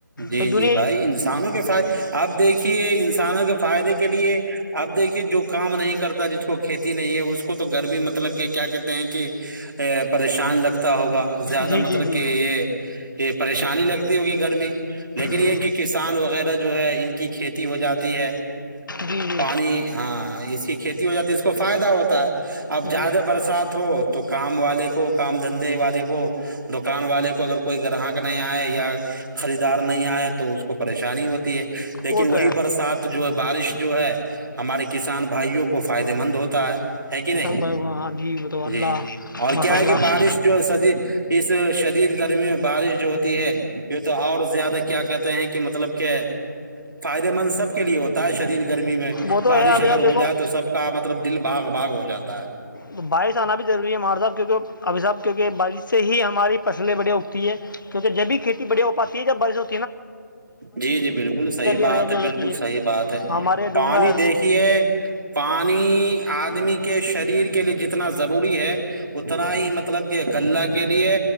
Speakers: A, on the right (about 80°); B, on the left (about 80°).
A: جی
B: تو
A: جی
B: دنیا
A: بھائی انسانوں کے فد آپ دیکھیے انسان کسانوں کے فائدے کے لیے اپ دیکھیے جو کام نہیں کرتا جس کو کھیتی نہیں ہے اس کو تو گرمی مطلب مطلب کہ کیا کہتے ہیں کہ پریشان لگتا ہوگا زیادہ
B: جی
A: مطلب
B: جی جی
A: کہ یہ یہ پریشانی لگتی ہوگی گرمی لیکن
B: جی
A: یہ کہ کسان وغیرہ جو ہے ان کی کی کھیتی ہو جاتی ہے
B: جی جی
A: پانی ہاں یہ کی کھیتی ہو جاتی ہے اس کو فائدہ ہوتا ہے اب زیادہ
B: جی
A: برسات ہو تو کام والے کو کام دھندے والے کو دکان والے کو اگر کوئی گراہک نہیں آئے یا خریدار نہیں آئے تو اس کو پریشانی ہوتی ہے لیکن
B: وہ
A: وہی
B: تو ہے
A: برسات جو ہے بارش جو ہے ہمارے کسان بھائیوں کو فائدے مند ہوتا ہے ہے کہ نہیں
B: کسان بھائی کو ہاں جی وہ تو اللہ
A: جی اور
B: ماشاء
A: کیا
B: اللہ
A: ہے کہ بارش جو س اس شدید گرمی میں بارش جو ہوتی ہے یہ تو اور زیادہ کیا کہتے ہیں کہ مطلب کہ فائدے مند سب کے لیے ہوتا ہے شدید گرمی میں
B: وہ تو
A: بارش
B: ہے ابھی
A: اگر
B: آپ
A: ہو
B: دیکھو
A: جائے تو سب کا مطلب دل بھاگ باغ ہو جاتا ہے
B: تو بارش آنا بھی ضوری ہے ہمارے صاحب کیونکہ ابھی صاحب کیونکہ بارش سے ہی ہماری فصلیں بڑے اگتی ہیں کیونکہ جب بھی کھیتی بڑیا ہو پاتی ہے جب بارشوں
A: جی جی بالکل صحیح بات
B: ہریالی
A: ہے
B: ہو جاتی
A: بالکل صحیح بات ہے
B: ہمارے
A: پانی
B: ڈونگر
A: دیکھیے پانی آدمی کے شریر کے کے لیے جتنا ضروری ہے اتنا ہی مطلب کہ لہ کے لیے